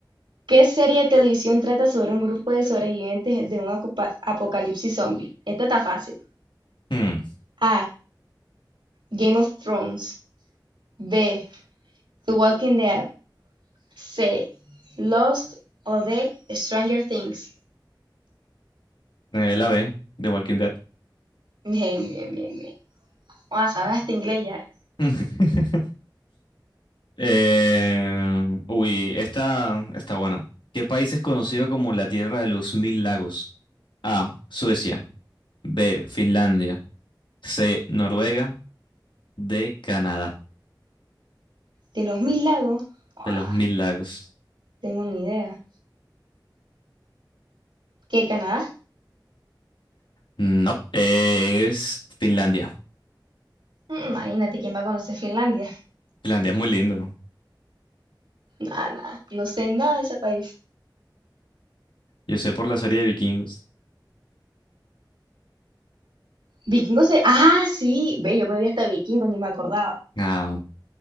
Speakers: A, on the right; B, on the left.
A: ¿Qué serie de televisión trata sobre un grupo de sobrevivientes de un acupa- apocalipsis zombie? Esta está fácil.
B: Hmm.
A: A. Game of Thrones; b. The Walking Dead; c. Lost o d. Stranger Things.
B: Eh, la B, de Walking Dead.
A: Bien, bien, bien, bien. Joda, sabes hasta inglés ya.
B: <laughs> Eh, uy, esta está buena. ¿Qué país es conocido como la Tierra de los Mil Lagos? A. Suecia. B. Finlandia. C. Noruega. D. Canadá.
A: De los mil lagos, joda,
B: De los Mil Lagos.
A: tengo ni idea. ¿Qué, Canadá?
B: No, es Finlandia.
A: Mm, Imagínate quién va a conocer Finlandia.
B: Finlandia es muy lindo.
A: Nada, nada. No sé nada de ese país.
B: Yo sé por la serie de vikingos.
A: Vikingos se. Ah, sí. Ve, yo me vi hasta vikingos, ni me acordaba.
B: Ah,